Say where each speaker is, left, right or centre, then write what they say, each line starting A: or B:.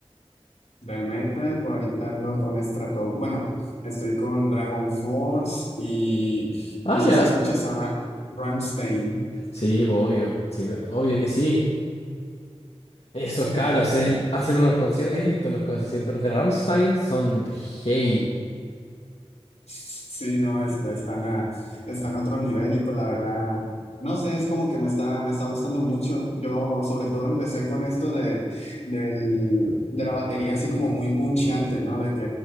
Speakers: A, on the left; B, on the left.
A: Del metal, pues ahorita ando con Strato, bueno, estoy con Dragon Force y
B: Ah,
A: no sé
B: ya.
A: si escuchas a Ra- Rammstein.
B: Sí, pues, obvio. Sí, obvio que sí. Esos
A: <laughs>
B: cabros en- hacen unos conciertos. ¿Has visto los conciertos de Rammstein? Son de heavy.
A: Sí, no, este, están a, están a otro nivel y pues la verdad, no sé, es como que me está, me está gustando mucho. Yo sobre todo empecé con esto de, del, de la batería así como muy puncheante, ¿no? De que,